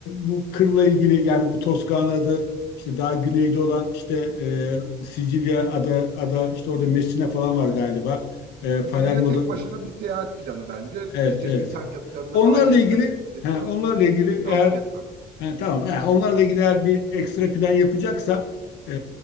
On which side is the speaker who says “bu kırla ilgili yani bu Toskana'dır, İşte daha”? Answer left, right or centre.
Left